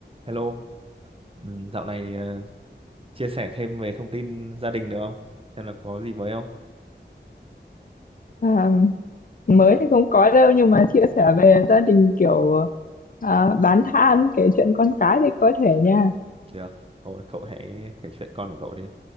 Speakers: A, on the right (about 30°); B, on the left (about 50°).
A: Hello, ừ, dạo này ờ, chia sẻ thêm về thông tin gia đình được không? Xem là có gì mới không?
B: À, mới thì không có đâu nhưng mà chia sẻ về gia đình kiểu à, bán than kể chuyện con cái thì có thể nha
A: Được, thôi cậu hãy kể chuyện con của cậu đi.